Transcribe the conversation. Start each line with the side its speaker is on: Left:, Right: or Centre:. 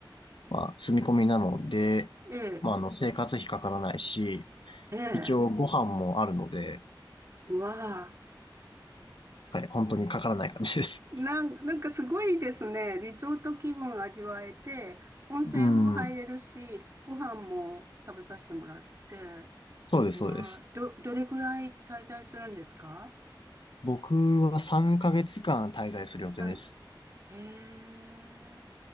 Left: まあ、住み込みなので、
Right: ええ、
Left: まあ、あの、生活費かからないし、
Right: ええ、
Left: 一応ご飯もあるので、
Right: うわあ、
Left: はい、本当にかからない感じです。
Right: なん、なんかすごいですね。リゾート気分味わえて、温泉も入れるし、
Left: うん。
Right: ご飯も食べさせてもらって、
Left: そうです、
Right: うわあ、
Left: そうです。
Right: ど、どれくらい滞在するんですか
Left: 僕は3ヶ月間滞在する予定です。
Right: はい。へえ、